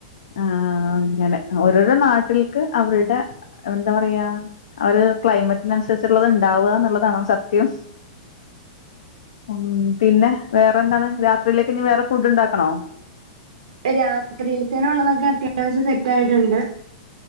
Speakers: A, on the left (about 75°); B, on the right (about 75°).
A: ആ അങ്ങനെ ഓരോരോ നാട്ടിൽക്ക് അവര്ടെ എന്താ പറയാ അത് ക്ലൈമറ്റിനന്സരിച്ച്ട്ട്ള്ളത് ഇണ്ടാവാന്ന്ള്ളതാണോ സത്യം ഉം പിന്നെ വേറെന്താണ് രാത്രിയിലേക്ക് ഇഞ് വേറെ ഫുഡ്ണ്ടാക്കണോ
B: രാത്രിൽതേന്ള്ളതൊക്കെ അത്യാവശ്യം സെറ്റായിട്ടുണ്ട്